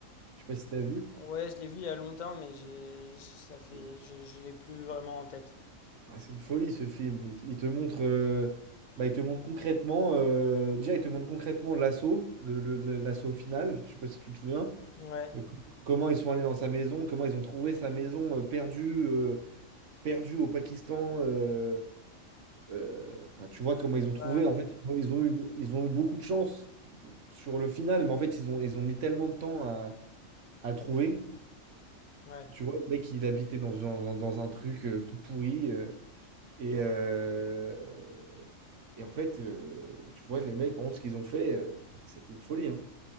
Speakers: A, on the right; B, on the left.
A: Je sais pas si t'as vu.
B: Ouais, je l'ai vu il y a longtemps mais j'ai ça fait
A: Ah, C'est une
B: je, je l'ai plus vraiment en tête.
A: ah, c'est une folie ce film. Il, te il te montre, euh, bah, il te montre concrètement, euh, déjà il te montre concrètement l'assaut, le, le- le- l'assaut final. Je sais pas si tu te souviens.
B: Ouais.
A: Euh, c- comment ils sont allés dans sa maison, comment ils ont trouvé sa maison euh, perdue, euh, perdue au Pakistan. euh, euh, Enfin, tu vois comment ils ont trouvé.
B: Bah,
A: En fait, ils ont, ils ont eu, ils ont eu beaucoup de chance de- sur le final, mais en fait ils ont, ils ont mis tellement de temps à, à trouver.
B: ouais.
A: Tu vois, le mec il habitait dans, un- dans, un truc euh, tout pourri. euh, Et, euh, et en fait, euh, tu vois, les mecs, par contre, ce qu'ils ont fait, euh, c'était une folie. Hein.